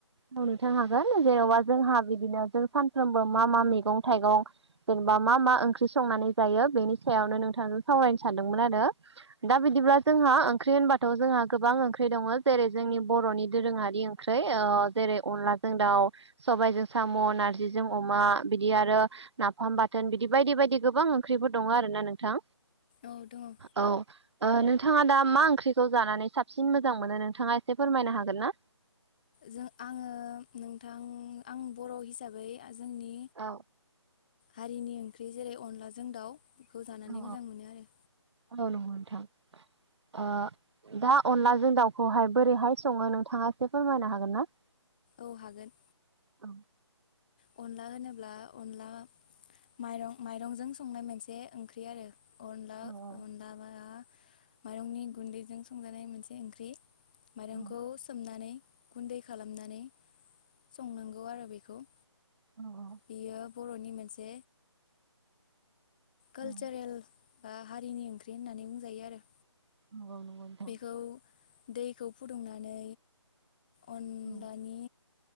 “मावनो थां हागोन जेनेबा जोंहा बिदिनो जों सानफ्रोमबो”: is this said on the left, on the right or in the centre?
Right